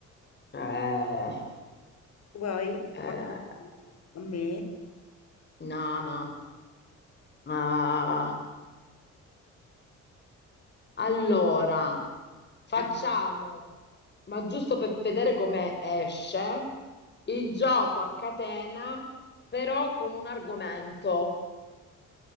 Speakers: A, on the left; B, on the left.
A: Eh,
B: Vuoi
A: eh,
B: farli a me?
A: no, no. Ah, allora, facciamo,
B: Eh,
A: ma giusto per vedere come esce, il gioco a catena, però con un argomento.